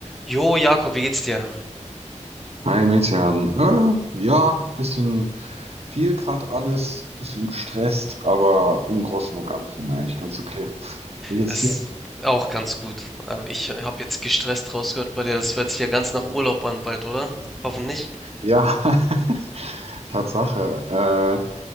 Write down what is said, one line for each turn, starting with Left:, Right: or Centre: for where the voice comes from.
Centre: Jo, Jakob, wie geht's dir?
Right: Hi Metehan. Äh, ja, bisschen viel gerade alles, bisschen gestresst, aber im Großen und Ganzen eigentlich ganz okay. Wie geht's
Centre: Ist
Right: dir?
Centre: auch ganz gut. Aber ich habe jetzt gestresst rausgehört bei dir. Das hört sich ja ganz nach Urlaub an bald, oder? Hoffentlich.
Right: Ja, <laughs> Tatsache. Äh,